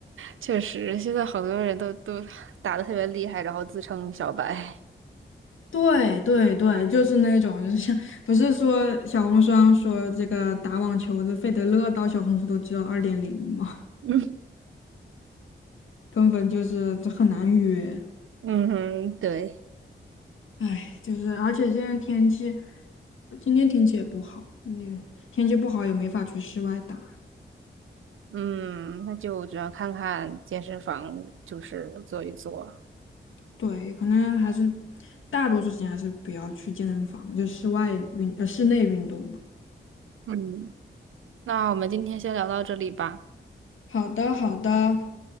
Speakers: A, on the right; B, on the left.
A: 确实，现在好多人都都打的特别厉害，然后自称小白。
B: 对对对，就是那种，就是像不是说小红书上说这个打网球的费德勒到小红书都只有二点零嘛，
A: <laughs> 嗯
B: <laughs> 根本就是这很难约。
A: 嗯哼，对，
B: 唉，就是而且现在天气，今天天气也不好，也天气不好也没法去室外打。
A: 嗯，那就只能看看健身房，就是做一做。
B: 对，可能还是大多数时间还是不要去健身房，就室外运呃室内运动吧。
A: 嗯，那我们今天先聊到这里吧。
B: 好的，好的，